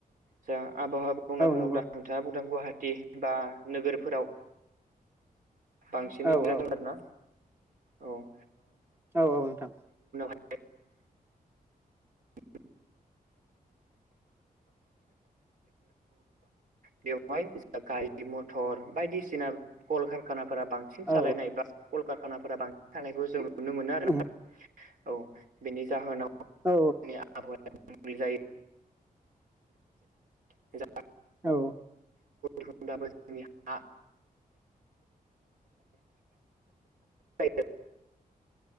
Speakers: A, on the right; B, on the right.
A: दा आबहावा बुंनो थाङोब्ला
B: नंगौ
A: नोंथाङा बुंदों गहा टि बा नोगोरफोराव बांसिनै
B: औ
A: <unintelligible> बुंजाथं
B: औ
A: आरोना। औ ओ
B: औ औ नोंथां।
A: <inaudible> <inaudible> बेवहाय गारि मथर बायदिसिना कल कारखाना फोरा बांसिन
B: औ
A: सालायनाय बा कल कारखानाफोरा बांसिन थानायखौ जों नुनो मोनो आरोना।
B: औ
A: औ बेनि जाहोनाव
B: औ
A: आबहावाया गुबुंले जायो। <unintelligible> <inaudible>
B: औ।
A: गुमबाबो जोंनि हा <inaudible>